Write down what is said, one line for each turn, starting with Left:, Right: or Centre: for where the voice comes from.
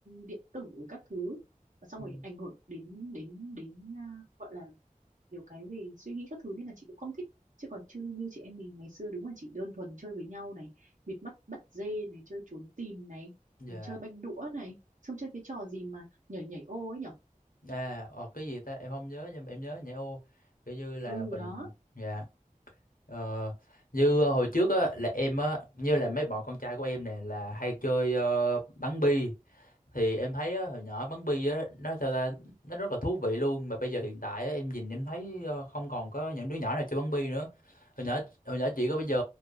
Right: điện tử rồi các thứ, và xong
Left: Ừ.
Right: rồi ảnh hưởng đến đến đến à, gọi là nhiều cái về suy nghĩ các thứ nên là chị cũng không thích chứ còn chưa như chị em mình ngày xưa đúng là chỉ đơn thuần chơi với nhau này bịt mắt bắt dê này chơi trốn tìm này
Left: dạ
Right: chơi banh đũa này xong chơi cái trò gì mà nhảy nhảy ô ấy nhở
Left: à ờ, cái gì ta em không nhớ nhưng mà em nhớ nhẹ ô kiểu như là
Right: ừ
Left: mình
Right: đó
Left: dạ ờ, như hồi trước á là em á như là mấy bọn con trai của em nè là hay chơi ờ, bắn bi thì em thấy á, hồi nhỏ bắn bi á nó sao ta nó rất là thú vị luôn mà bây giờ hiện tại á, em nhìn em thấy ờ, không còn có những đứa nhỏ nào chơi bắn bi nữa hồi nhỏ hồi nhỏ chị có bây giờ